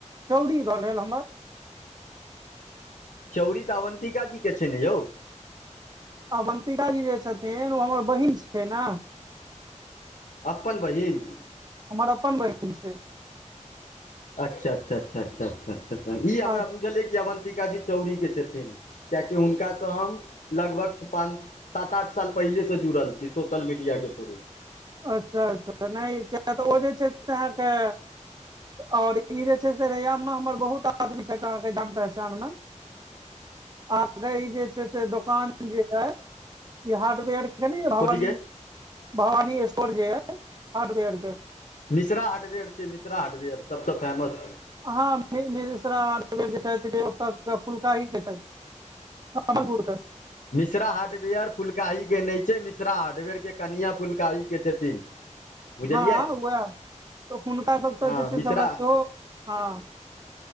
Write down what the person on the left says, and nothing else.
चौरी त अवन्तिका जी के छै ने यौ
अपन बहिन
अच्छा अच्छा अच्छा अच्छा अच् अच् ई हमरा
बुझलै कि अवन्तिका जी चौड़ीके छथिन कियाकि हुनकासँ हम लगभग पाँच सात आठ साल पहिलेसँ जुड़ल छी सोशल मीडियाके थ्रू।
कथीके
मिश्रा हार्डवेयर छिय मिश्रा हार्डवेयर सबसँ फेमस
मिश्रा हार्डवेयर फुलकाहीके नहि छै मिश्रा हार्डवेयरके कनिआ फुलकाहीके छथिन। बुझलियै
हँ
मिश्रा